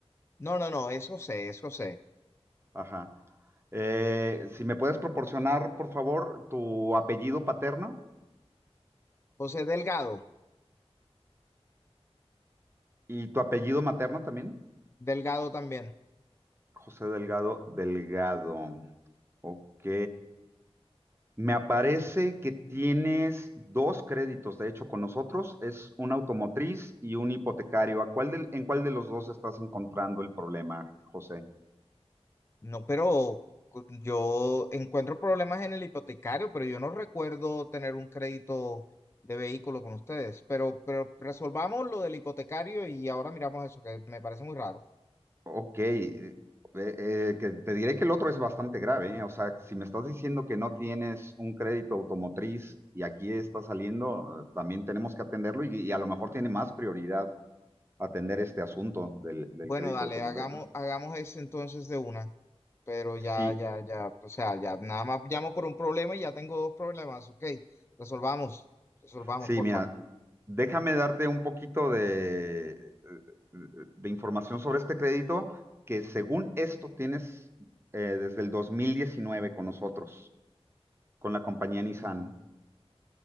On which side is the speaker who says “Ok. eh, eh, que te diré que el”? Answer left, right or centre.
Right